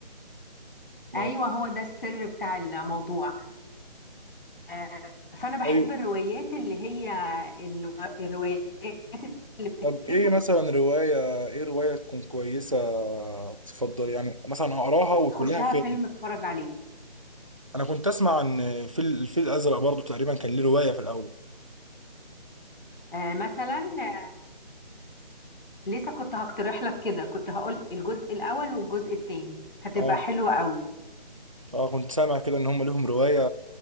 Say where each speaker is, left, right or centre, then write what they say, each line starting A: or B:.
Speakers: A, on the left; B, on the right.
A: ايوه
B: اه
A: هو ده السر بتاع الموضوع آه، فانا بحب
B: ايوه
A: الروايات اللي هي الرو- الروايات اللي بتتكتب
B: طب ايه مثلا روايه ايه روايه تكون كويسه تفضل يعني مثلا اقراها
A: وتخشها
B: وكلها فيلم
A: فيلم اتفرج عليه
B: انا كنت اسمع عن في الفيل الازرق برضو تقريبا كان ليه روايه في الاول
A: آه، مثلا آه، لسه كنت هقترح لك كده كنت هقول الجزء الاول والجزء الثاني هتبقى
B: اه
A: حلوه قوي
B: اه كنت سامع كده ان هم ليهم روايه